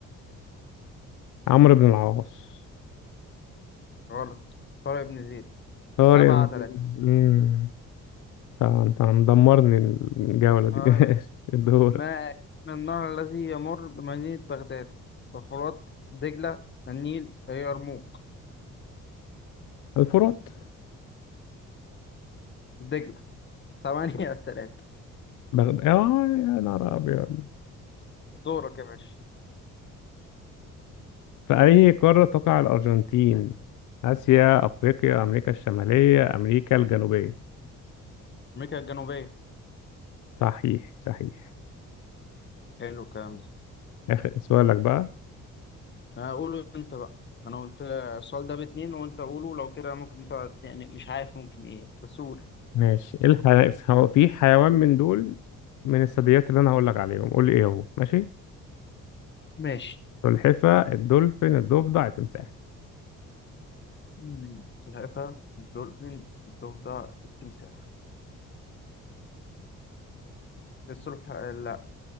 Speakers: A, on the left; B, on the left.
A: عمرو بن العاص
B: غلط طارق بن زيد
A: طارق
B: سبعة تلاتة
A: امم انت مدمرني الجولة دي
B: اه يا
A: <laughs> الدورة
B: ما اسم النهر الذي يمر بمدينة بغداد الفرات دجلة النيل اليرموك
A: الفرات
B: دجلة <laughs> تمانية تلاتة
A: بغداد اه يا نهار ابيض
B: دورك يا باشا
A: في اي قارة تقع الارجنتين اسيا افريقيا امريكا الشمالية امريكا الجنوبية
B: أمريكا الجنوبية
A: صحيح صحيح
B: حلو الكلام ده
A: اخر سؤالك بقى
B: أنا أقوله أنت بقى أنا قلت السؤال ده باتنين وأنت قوله لو كده ممكن تقعد يعني مش عارف ممكن إيه يعني. بس قول
A: ماشي ايه الحي... في حيوان من دول من الثدييات اللي انا هقول لك عليهم قول لي ايه هو ماشي
B: ماشي
A: سلحفة الدولفين الضفدع التمساح
B: مم. سلحفاة الدولفين الضفدع التمساح السلح آه، لا